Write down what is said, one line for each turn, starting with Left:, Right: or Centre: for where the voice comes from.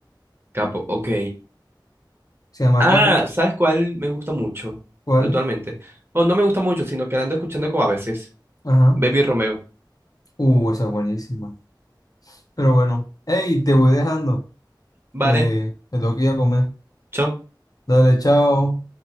Right: Capo, ok.
Left: Se llama
Right: Ah,
Left: Capo.
Right: ¿sabes cuál me gusta mucho
Left: ¿cuál?
Right: actualmente? O no me gusta mucho, sino que la ando escuchando como a veces.
Left: Ajá.
Right: Baby Romeo.
Left: Uh, esa es buenísima. Pero bueno, hey, te voy dejando,
Right: Vale,
Left: que me tengo que ir a comer.
Right: chao.
Left: Dale, chao.